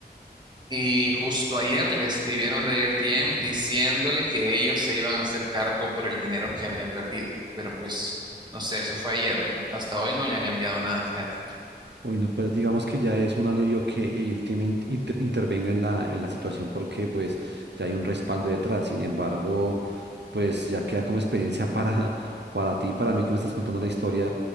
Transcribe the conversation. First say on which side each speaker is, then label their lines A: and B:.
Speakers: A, on the right; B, on the right.
A: y justo ayer le escribieron de A R T M diciéndole que ellos se iban a hacer cargo por el dinero que había perdido. Pero pues, no sé, eso fue ayer. ¿no? Hasta hoy no le han enviado nada, fíjate.
B: Uy, no, pues digamos que ya es un alivio que el team in- inter- intervenga en la, en la situación porque pues ya hay un respaldo detrás. Sin embargo, pues ya queda como experiencia <laughs> para, para ti, para mí que me estás contando la historia,